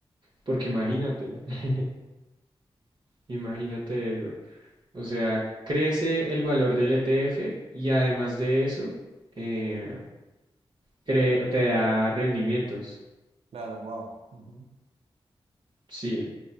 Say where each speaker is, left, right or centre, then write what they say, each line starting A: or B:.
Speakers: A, on the right; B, on the right.
A: porque imagínate, <laughs> imagínate eso. O sea, crece el valor del ETF y además de eso, eh, cre- te da rendimientos.
B: Claro, wow. Ujú.
A: Sí,